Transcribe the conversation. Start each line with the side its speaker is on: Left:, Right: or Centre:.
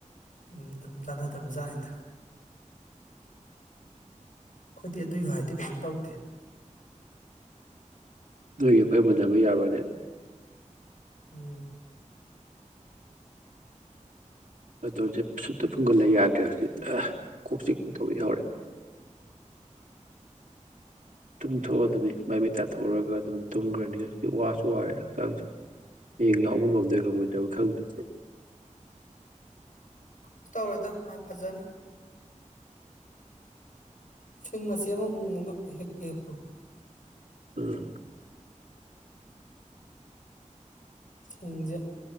Left: ꯎꯝ ꯑꯗꯨꯝ ꯆꯥꯅꯗꯕꯖꯥꯠꯅꯤꯗ ꯑꯩꯈꯣꯏꯗꯤ ꯑꯗꯨꯏꯒ ꯍꯥꯏꯗꯤ ꯀꯩꯁꯨꯛ ꯇꯧꯗꯦ
Right: ꯅꯣꯏꯒꯤ ꯑꯩꯈꯣꯏ ꯍꯟꯊꯕ ꯌꯥꯕꯅꯦ
Left: ꯎꯝ
Right: ꯅꯥꯇꯣꯝꯁꯦ ꯁꯨꯞꯇ ꯐꯨꯡꯒꯠꯂ ꯌꯥꯗ꯭ꯔꯦ ꯍꯧꯖꯤꯛ ꯀꯣꯛ ꯆꯤꯛꯄ ꯇꯧꯕ ꯌꯥꯎꯔꯦ ꯇꯨꯝꯊꯣꯛꯑꯣꯗꯨꯗꯤ ꯃꯥꯏ ꯃꯤꯠ ꯇꯥꯊꯣꯛꯎꯔꯒ ꯑꯗꯨꯝ ꯇꯨꯝꯈ꯭ꯔꯅꯤ ꯉꯁꯤꯗꯤ ꯋꯥꯁꯨ ꯋꯥꯔꯦ ꯍꯛꯆꯥꯡꯁꯦ ꯍꯌꯦꯡ ꯌꯥꯎꯕ ꯉꯝꯗ꯭ꯔꯣꯏ ꯉꯝꯃꯣꯏꯗꯕ ꯈꯪꯗꯦ
Left: ꯀꯩꯁ ꯇꯧꯔꯣꯏꯗ ꯃꯥꯏ ꯐꯖꯅꯤ ꯁꯤꯡꯃꯆꯦꯠ ꯑꯃ ꯎꯪ ꯃꯨ ꯒꯠꯇꯦ ꯍꯤꯞꯀꯦ ꯍꯤꯞꯄꯣ
Right: ꯎꯝ
Left: ꯁꯤꯡꯁꯦ